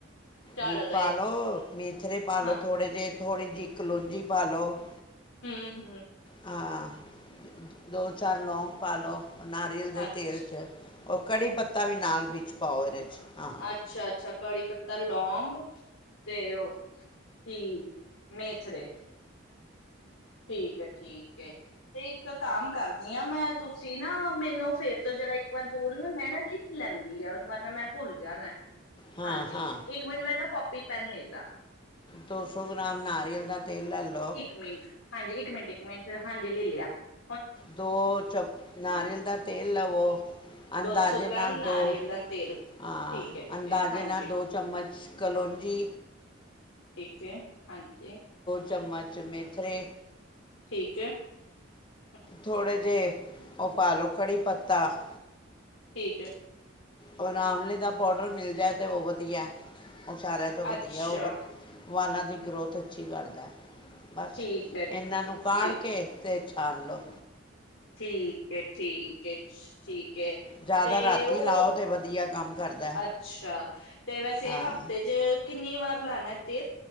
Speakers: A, on the left; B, on the left.
A: ਝੜ
B: ਵੀ
A: ਗਏ
B: ਪਾ ਲੋ ਮੇਥਰੇ ਪਾ ਲੋ
A: ਹਾਂ
B: ਥੋੜੇ ਜਿਹੇ, ਥੋੜ੍ਹੀ ਜਿਹੀ ਕਲੂੰਜੀ ਪਾਲ ਲੋ ।
A: ਹਮ -ਹਮ ।
B: ਹਾਂ ।ਦੋ ਚਰਨ ਲੋਂ ਪਾਲੋ । ਨਾਰੀਅਲ
A: ਅੱਛਾ-ਅੱਛਾ-ਅੱਛਾ
B: ਦੇ ਤੇਲ 'ਚ ਉਹ ਕੜੀ ਪੱਤਾ ਵੀ ਨਾਲ ਵਿੱਚ ਪਾਓ ਇਹਦੇ 'ਚ ਹਾਂ ।
A: ਅੱਛਾ-ਅੱਛਾ ਕੜੀ ਪੱਤਾ ਲੋਂਂਗ ਤੇ ਉਹ ਕੀ ਮੇਥਰੇ ਠੀਕ- ਠੀਕ । ਤੇ ਇੱਕ ਕੰਮ ਕਰਦੀ ਹਾਂ ਮੈਂ ਤੁਸੀਂ ਨਾ ਮੈਨੂੰ ਫੇਰ ਤੋਂ ਜਿਹਰਾ ਪਰ ਬੋਲਣਾ ਮੈਂ ਨਾ ਅਗਲੀ ਿੱ ਲੈਂਦੀ ਹੈ ਵਾਰ ਨਾ ਮੈਂ ਭੁੱਲ ਜਾਣਾ ਹਾਂਜੀ
B: ਹਾਂ ਹਾਂ
A: ਇੱਕ ਮਿੰਟ ਮੈਂ ਨਾ ਕਾੱਪੀ -ਪੈਨ ਲੈ ਲ । <unintelligible>
B: ਦੋ ਸੌ ਗ੍ਰਾਮ ਨਾਰੀਅਲ ਦਾ ਤੇਲ ਲੈ ਲਓ ।
A: ਇੱਕ ਮਿੰਟ ਹਾਂ । ਹਾਂਜੀ ਇੱਕ ਮਿੰਟ, ਇੱਕ ਮਿੰਟ ਹਾਂਜੀ ਲੈ ਲਿਆ ।
B: ਦੋ ਚਮਚ ਨਾਰੀਅਲ ਦਾ ਤੇਲ ਲਵੋ ਅੰਦਾਜ਼ੇ
A: ਦੋ ਸੌ ਗ੍ਰਾਮ
B: ਨਾਲ
A: ਨਾਰੀਅਲ
B: ਦੋ
A: ਦਾ ਤੇਲ
B: ਹਾਂ
A: ਠੀਕ ਐ, ਠੀਕ
B: ਅੰਦਾਜ਼ੇ
A: ਐ ਹਾਂਜੀ
B: ਨਾਲ ਦੋ ਚਮਚ ਕਲੋਂਜੀ
A: ਠੀਕ ਐ। ਹਾਂਜੀ
B: ਚਮਚ ਮੇਥਰੇ
A: ਠੀਕ ਹੈ ।
B: ਥੋੜੇ ਜੇ ਉਹ ਪਾਲੋ ਕੜੀ ਪੱਤਾ ।
A: ਠੀਕ ਹੈ ।
B: ਔ ਆਮਲੇ ਦਾ ਪਾਊਡਰ ਮਿਲ ਜਾਏ । ਤੇ ਉਹ ਵਧੀਆ ਉਹ ਸਾਰਿਆਂ ਤੋਂ ਵਧੀਆ
A: ਅੱਛਾ
B: ਉਹ ਵਾਲਾਂ ਤੋਂ ਦੀ ਗਰੋਥ ਅੱਛੀ ਕਰਦਾ । ਬਸ
A: ਠੀਕ ਐ
B: ਇਹਨਾਂ ਨੂੰ ਕਾੜ
A: ਠੀਕ
B: ਕੇ ਤੇ ਤਲ ਲੋ
A: ਠੀਕ ਹੈ, ਠੀਕ ਹੈ, ਠੀਕ ਹੈ,
B: ਜ਼ਿਆਦਾ
A: ਤੇ
B: ਰਾਤੀ
A: ਉਹ
B: ਲਾਓ ਤੇ ਵਧੀਆ ਕੰਮ ਕਰਦਾ
A: ਅੱਛਾ ਤੇ ਵੈਸੇ
B: ਹਾਂ
A: ਹਫ਼ਤੇ ਚ ਕਿੰਨੀ ਵਾਰ ਲੈਣਾ ਤੇ